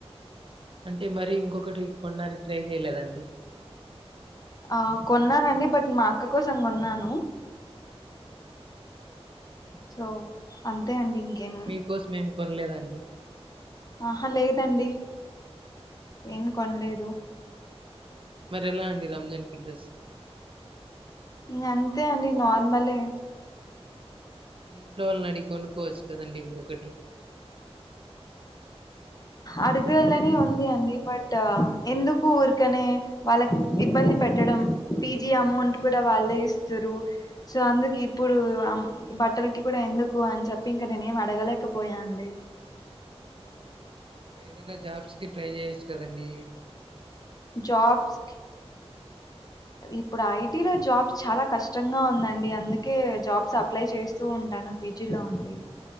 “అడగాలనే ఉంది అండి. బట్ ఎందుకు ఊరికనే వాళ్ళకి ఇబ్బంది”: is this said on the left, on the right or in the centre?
Left